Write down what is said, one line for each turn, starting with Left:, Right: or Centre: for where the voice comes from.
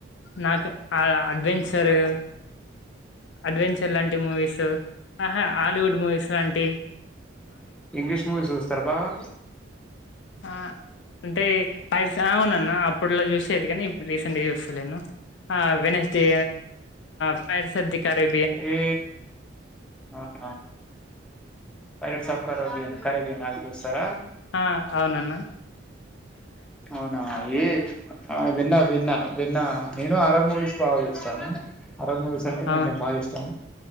Left: నాకు ఆ అడ్వెంచరు అడ్వెంచర్ లాంటి మూవీస్ ఆహా హాలీవుడ్ మూవీస్ లాంటివి
Centre: ఇంగ్లీష్ మూవీస్ చూస్తారా బాగా
Left: ఆ అంటే పస అవునన్న అప్పట్లో చూసేది కానీ ఇప్పుడు రీసెంట్గా చూస్తా లేను వెడ్నెస్డే ఫిడ్నెస్ దికరే
Centre: ఏ అవునా పరడ్ సబ్ కారు బి కరే బీను ఆగదుస్తారా
Left: ఆ అవునన్నా
Centre: అవునా ఈ ఆ విన్న విన్న విన్న నేను హార్రర్ మూవీస్ బాగా చూస్తాను హారర్ మూవీస్ అంటే
Left: ఆ
Centre: కొంచెం బాగా ఇష్టం